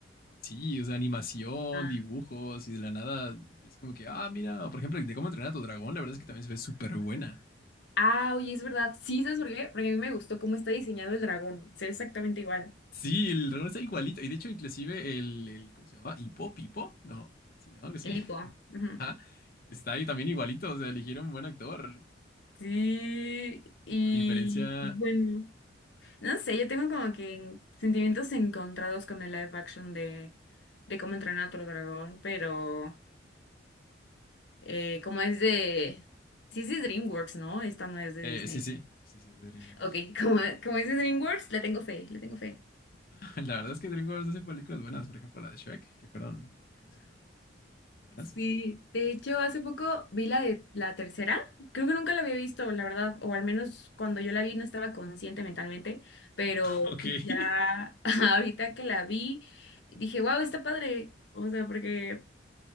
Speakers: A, on the left (about 50°); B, on the left (about 70°).
A: sí, o sea, animación,
B: Ah,
A: dibujos y de la nada es como que, ah, mira, o por ejemplo, de cómo entrenar a tu dragón, la verdad es que también se ve súper buena.
B: Ah, oye, es verdad. Sí, ¿sabes por qué? Porque a mí me gustó cómo está diseñado el dragón. Se ve exactamente igual.
A: Sí, el dragón está igualito y de hecho inclusive el, el ¿cómo se llamaba? Hipo, Pipo, no, sí, no, algo así.
B: El
A: <laughs>
B: hipo. Ujú.
A: Ajá. Está ahí también igualito, o sea, eligieron un buen actor,
B: Sí, y
A: a diferencia...
B: bueno,
A: Ajá.
B: no sé, yo tengo como que sentimientos encontrados con el live action de, de cómo entrenar a tu dragón, pero... eh, como es de... Sí es de DreamWorks, ¿no? Esta no es de
A: Eh,
B: Disney.
A: sí, sí, sí, sí, es de DreamWorks.
B: Ok, <laughs> como, como es de DreamWorks, le tengo fe, le tengo fe.
A: <laughs> La verdad es que DreamWorks hace películas buenas, por ejemplo la de Shrek, que fueron, como se Buenas.
B: Sí,
A: <laughs>
B: de hecho, hace poco vi la de la tercera. Creo que nunca la había visto, la verdad, o al menos cuando yo la vi no estaba consciente mentalmente, pero
A: Ok.
B: ya
A: ¿Qué
B: <laughs> ahorita que la vi, dije, wow, está padre. O sea, porque